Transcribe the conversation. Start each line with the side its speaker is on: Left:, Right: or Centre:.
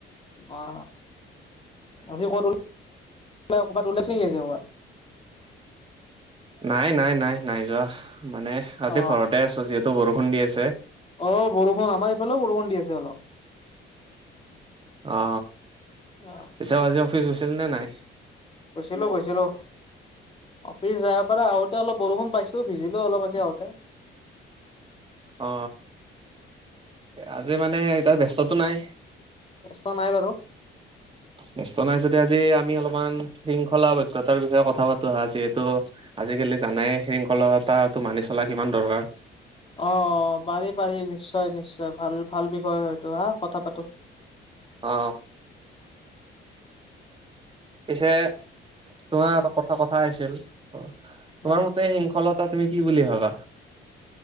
Left: অ আ কৰত ক'বাত ওলাইহি আ ক'বাত
Right: নাই নাই নাই নাই যোৱা মানে আজি
Left: অ
Right: ঘৰতে আছো যিহেতু বৰষুণ দি আছে
Left: অ বৰষুণ আমাৰ ইফালেও বৰষুণ দি আছে অলপ
Right: অ,
Left: অ
Right: পিছও আজি অফিচ গৈছিল নে নাই?
Left: গৈছিলো গৈছিলো। অফিচ যাৰ পৰা আহোতে অলপ বৰষুণ পাইছোঁ ভিজিলোঁ অলপ আজি আহোঁতে
Right: অ, আজি মানে এতিয়া ব্যস্ততটো নাই।
Left: ব্যস্ত নাই বাৰু।
Right: ব্যস্ত নাই যদি আজি আমি অলপমান শৃংখলাবদ্ধতাৰ বিষয়ে কথা পাতো হা যিহেতু। আজিকালি জানাই শৃংখলতাটো মানি চলা কিমান দৰকাৰ।
Left: অ, পাৰি পাৰি নিশ্চয় নিশ্চয় ভাল ভাল বিষয় হয়টো হা কথা পাতো।
Right: অ, পিছে তোমাৰ এ কথা কথা আহিছিল। অ, তোমাৰ
Left: উম
Right: মতে শিংখলত তুমি কি বুলি ভাবা।